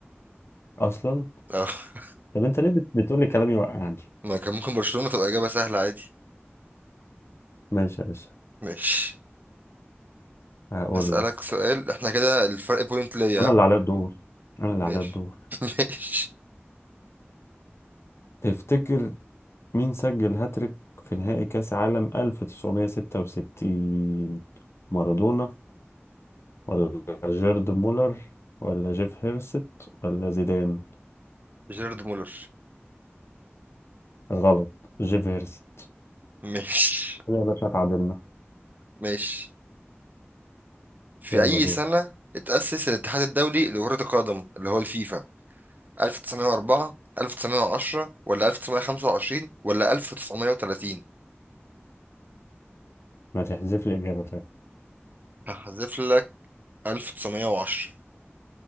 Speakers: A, on the left (about 70°); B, on the right (about 40°).
A: اصلا
B: <laughs>
A: طب انت ليه بت- بتقول لي كلامي واقع عندي؟
B: ما كان ممكن برشلونة تبقى إجابة سهلة عادي
A: ماشي يا باشا
B: ماشي
A: هقول
B: هسألك
A: لك
B: سؤال احنا كده الفرق بوينت ليا
A: انا
B: ها؟
A: اللي عليا الدور انا اللي
B: ماشي
A: عليا الدور
B: <laughs> ماشي
A: تفتكر مين سجل هاتريك في نهائي كاس عالم 1966 مارادونا ولا جيرد مولر ولا جيف هيرست ولا زيدان
B: جيرارد مولر
A: غلط جيف هيرست
B: ماشي
A: كده يا باشا اتعادلنا
B: ماشي في
A: يلا
B: أي
A: دور
B: سنة اتأسس الاتحاد الدولي لكرة القدم اللي هو الفيفا 1904 1910 ولا 1925 ولا 1930
A: ما تحذف لي اجابه طيب
B: هحذف لك 1910